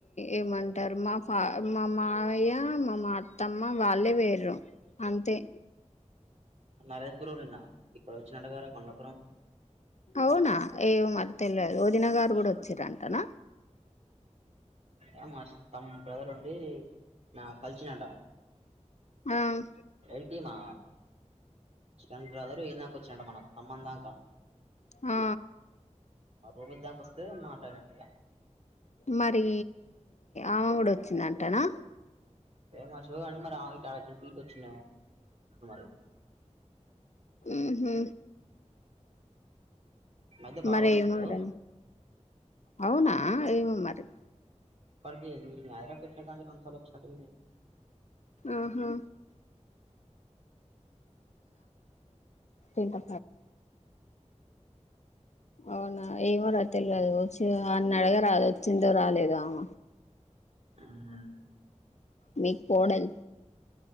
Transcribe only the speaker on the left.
ఏమంటారు మా ఫ మా మాయ్య మా మా అత్తమ్మ వాళ్ళే వేరరు అంతే
అవునా ఏమో మరి తెలియదు ఓదిన గారు కూడా వచ్చారంటనా
ఆమ్
ఆ
మరి ఆమ కూడా వచ్చిందంటనా
ముహు
మరి
ఇన్నార అవునా ఏమో మరి
ఆహా ఎంత అవునా ఏమో రా తెలివదు వచ్చి అన్న అడగ రాదు వచ్చిందో రాలేదు ఆమ
మీ కోడల్